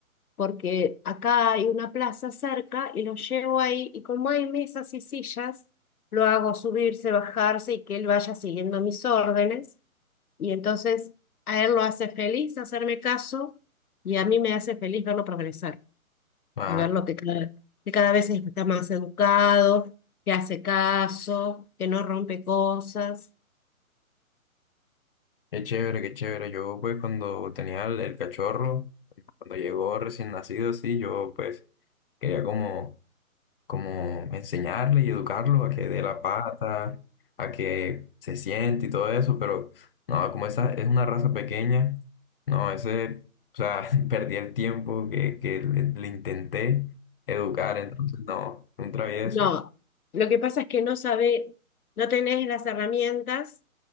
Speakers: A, on the left (about 85°); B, on the left (about 40°).
A: porque acá hay una plaza cerca y lo llevo ahí y como hay mesas y sillas, lo hago subirse, bajarse y que él vaya siguiendo mis órdenes. Y entonces a él lo hace feliz hacerme caso y a mí me hace feliz verlo progresar
B: Ah,
A: y verlo que cada, que cada vez está más educado, que hace caso, que no rompe cosas.
B: qué chévere, qué chévere. Yo pues cuando tenía el, el cachorro, cuando llegó recién nacido así, yo pues quería como como enseñarle y educarlo a que dé la pata, a que se siente y todo eso, pero no, como esa es una raza pequeña, no, ese, o sea, <laughs> perdí el tiempo que, que le, le intenté educar, entonces no, un travieso,
A: No, lo que pasa es que no sabe, no tenés las herramientas